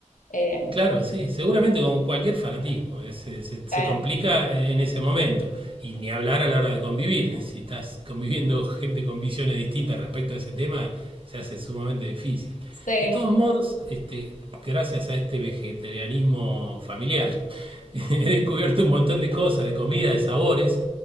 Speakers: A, on the left; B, on the right.
A: eh,
B: Claro, sí, seguramente como cualquier fanatismo, es- se, se- se
A: eh,
B: complica eh, en ese momento. Y ni hablar a la hora de convivir. <laughs> Si estás conviviendo gente con visiones distintas respecto a ese tema, se hace sumamente difícil.
A: sí,
B: De todos modos, este, gracias a este vegetarianismo familiar, <laughs> he descubierto un montón de cosas, de comida, de sabores,